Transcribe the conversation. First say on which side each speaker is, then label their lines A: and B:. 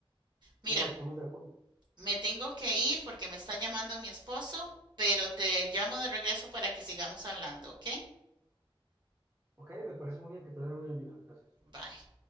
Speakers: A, on the right; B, on the right.
A: Mira,
B: Sí, estamos de acuerdo.
A: me tengo que ir porque me está llamando mi esposo, pero te llamo de regreso para que sigamos hablando, ¿ok?
B: Ok, me parece muy bien que te vaya muy bien, Lina. Gracias.
A: Bye.